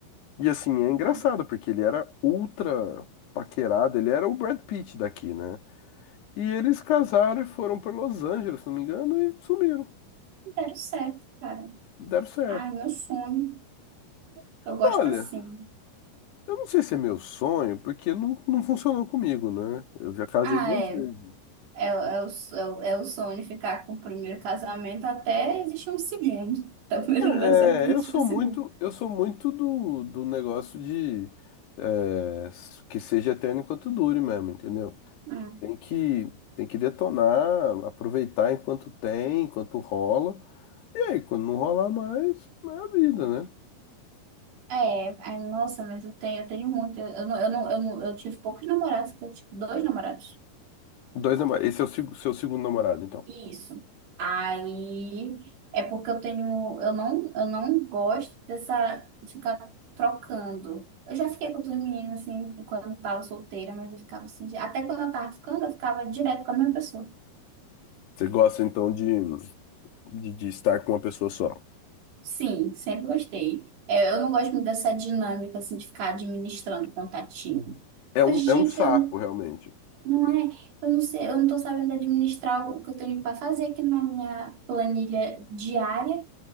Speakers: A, on the left; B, on the right.
A: E assim, é engraçado,
B: tá.
A: porque ele era ultra paquerado, ele era o Brad Pitt daqui, né? E eles casaram e foram para Los Angeles, se não me engano, e sumiram.
B: Deram certo, cara.
A: Deram certo.
B: Ai, meu sonho. Eu gosto
A: Olha,
B: assim.
A: eu não sei se é meu sonho, porque não, não funcionou comigo, né? Eu já casei
B: Ah,
A: duas
B: é.
A: vezes.
B: É, é, o, so- é, o é sonho ficar com o primeiro casamento até existir um segundo. <laughs> Então, primeiro não deu
A: É,
B: certo, existe
A: é, eu sou
B: um segundo.
A: muito, eu sou muito do, do negócio de é, que seja eterno enquanto dure mesmo, entendeu?
B: Hum.
A: Tem que, tem que detonar, aproveitar enquanto tem, enquanto rola. E aí, quando não rolar mais, é a vida, né?
B: É, é, nossa, mas eu tenho, eu tenho muito. Eu, não, eu não, eu não, eu tive poucos namorados, eu tive tipo, dois namorados.
A: Dois namorados. Esse é o seg- seu segundo namorado, então.
B: Isso. Aí é porque eu tenho, eu não, eu não gosto dessa de ficar trocando. Eu já fiquei com outras meninas assim, quando eu tava solteira, mas eu ficava assim, de- até quando eu tava ficando, eu ficava direto com a mesma pessoa.
A: Você gosta, então, de, de, de estar com uma pessoa só.
B: Sim, sempre gostei. É, eu não gosto muito dessa dinâmica assim, de ficar administrando contatinho.
A: É um,
B: mas gente,
A: é um saco,
B: eu não,
A: realmente.
B: não é, eu não sei, eu não tô sabendo administrar o que eu tenho para fazer aqui na minha planilha diária.